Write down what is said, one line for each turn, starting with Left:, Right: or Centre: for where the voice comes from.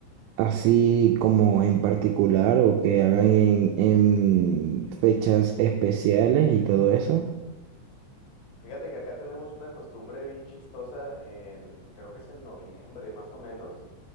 Right: así como en particular o que hagan en, en fechas especiales y todo eso?
Left: Fíjate que acá tenemos una costumbre bien chistosa en, creo que es en noviembre más o menos,